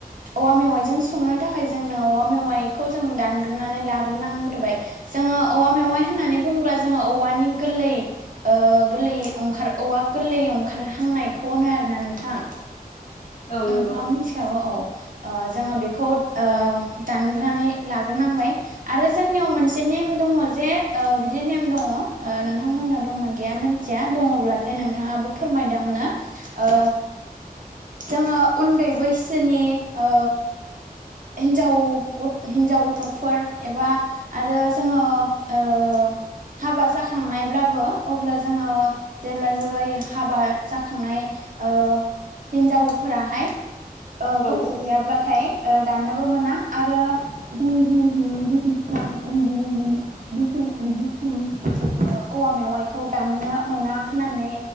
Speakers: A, on the right; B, on the left.
A: औवा मेवाइजों संनो थाखाय जोंनो औवा मेवाइखौ जों दानग्रोनानै लाग्रोनांग्रोबाय जों जोङो औवा मेवाइ होननानै बुङोब्ला जोङो औवानि गोरलै ओ गोरलै ओंखार औवा गोरलै ओंखारहांनायखौ होनो आरोना नोंथां।
B: औ
A: नोंथाङाबो
B: नंगौ
A: मिथिखागौ औ ओ जोङो बेखौ ओ दानग्रोनै लाग्रोनांबाय आरो जोंनियाव मोनसे नेम द ङ जे ओ बिदि नेम दङ ओ नोंथांमोनहा दंना गैया मोनथिया दङब्लाथाय नों थाङाबो फोरमायदो आंना ओ जोङो उन्दै बैसोनि ओ हिनजाव हिन्जाव गथ'फोर एबा आरो जोङो ओ हाबा जाखांनायब्लाबो अब्ला जोङो जेब्ला जेबाय हाबा जाखांनाय ओ हिन्जावफोराहाय ओ
B: औ
A: गथ' गैयाब्लाथाय ओ दाननोबो मोना आरो <unintelligible> <unintelligible> औवा मेवाइखौ दाननो मोना होननानै